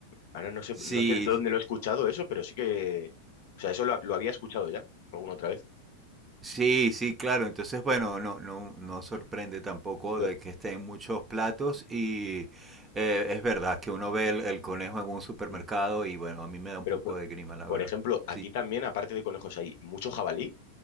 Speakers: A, on the left; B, on the right.
A: Ahora no sé,
B: Sí,
A: no sé de dónde lo he escuchado eso, pero sí que... O sea, eso lo, lo había escuchado ya, alguna otra vez.
B: Sí, sí, claro. Entonces, bueno, no, no, no sorprende tampoco
A: Lo-
B: de que estén muchos platos y eh, es verdad que uno ve el, el conejo en un supermercado
A: mm.
B: y bueno, a mí me da un
A: pero,
B: poco
A: po-
B: de grima, la
A: por
B: verdad.
A: ejemplo, aquí
B: Sí.
A: también, aparte de conejos, hay mucho jabalí